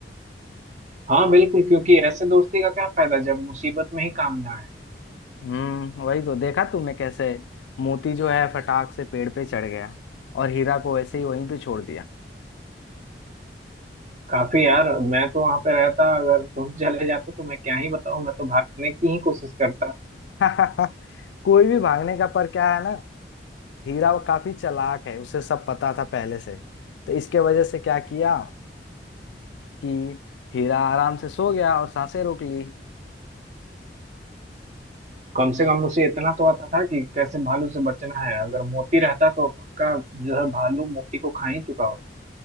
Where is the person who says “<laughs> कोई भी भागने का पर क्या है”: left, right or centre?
Left